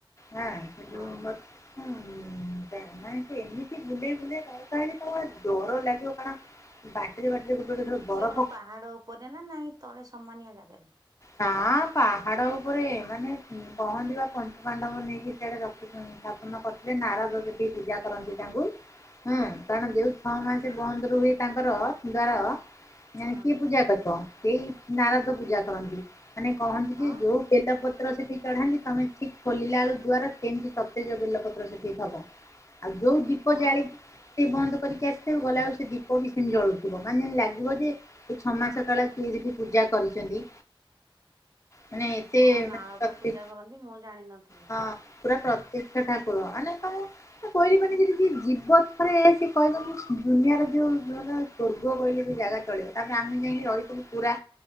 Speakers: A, on the left; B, on the right.
A: ହଁ ସେ
B: ହଁ
A: ଯୋଉ। <unintelligible>
B: ହଁ
A: ହୁଁ ତ ନାଇଁ ସେ ଏମିତି ବୁଲେଇ ବୁଲେଇ ନଉଥାଏ ଯେ ତମ ଡର ଲାଗିବ। <unintelligible> ବରଫ
B: ସେ କଣ ପାହାଡ ଉପରେ ନା ନାହିଁ ତଳେ ସମାନିଆ ଜାଗାରେ?
A: ନା ପାହାଡ ଉପରେ ସେମାନେ କହନ୍ତି ବା ପଞ୍ଚୁ ପାଣ୍ଡବ ନେଇକି ସେଆଡେ ରଖି ସ୍ଥାପନ କରିଥିଲେ। ନାରଦ ସେଠି ପୂଜା କରନ୍ତି ତାଙ୍କୁ। ହୁଁ କାରଣ ଯୋଉ ଛଅ ମାସ ବନ୍ଦ ରୁହେ ତାଙ୍କର ଦ୍ଵାର
B: ହଁ
A: କିଏ
B: ହଁ
A: ପୂଜା କରିବ, ସେଇ ନାରଦ ପୂଜା କରନ୍ତି। ମାନେ କହନ୍ତି ଯେ
B: ହଁ
A: ଯୋଉ ବେଲପତ୍ର ସେଠି ଚଢାନ୍ତି ତମେ ଠିକ ଖୋଲିଲା ବେଳ ଦ୍ଵାରା ସେମିତି ସତେଜ ବେଲପତ୍ର ସେଠି ଥବ। ଆଉ ଯୋଉ ଦୀପ
B: ହଁ
A: ଜାଳି ସେ ବନ୍ଦ କରିକି ଆସିିଥିବ। ଗଲାବେକୁ ସେ ଦୀପ ବି ସେମିତି ଜଳୁଥିବ। ମାନେ ଯେମତି ଲାଗିବ ଯେ ଏଇ ଛଅ ମାସ ତଳେ କିଏ ଯେମିତି ପୂଜା କରିଛନ୍ତି। ମାନେ ଏତେ
B: ହଁ ନାରଦ
A: ଶକ୍ତି
B: ପୂଜା କରନ୍ତି ମୁଁ ଜାଣିନଥିଲି।
A: ହଁ ପୁରା ପ୍ରତ୍ୟକ୍ଷ ଠାକୁର। ମାନେ ତମକୁ କହିଲି ମାନେ ଯଦି ଯିଏ ଜିବ ଥରେ ସେ କହିବ ମୁଁ ଦୁନିଆର ଯୋଉ ମାନେ ସ୍ଵର୍ଗ କହିଲେ ବି ଜାଗା ଚଳିବ। ତାପରେ ଆମେ ଯାଇକି ରହିଥିଲୁ ପୁରା